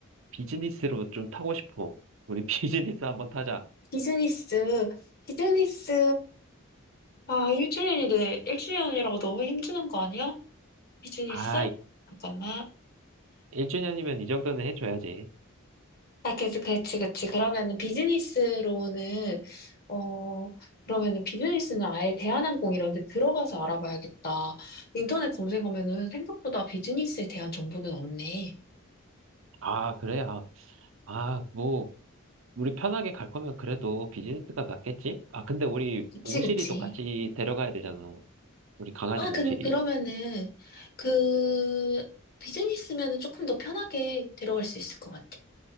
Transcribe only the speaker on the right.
비즈니스로 좀 타고 싶어. 우리 <laughs> 비즈니스 한번 타자.
아,
1주년이면 이 정도는 해줘야지.
아, 그래? 아, 아, 뭐, 우리 편하게 갈 거면 그래도 비즈니스가 낫겠지? 아, 근데 우리
몽실이도
같이 데려가야 되잖아. 우리 강아지
몽실이.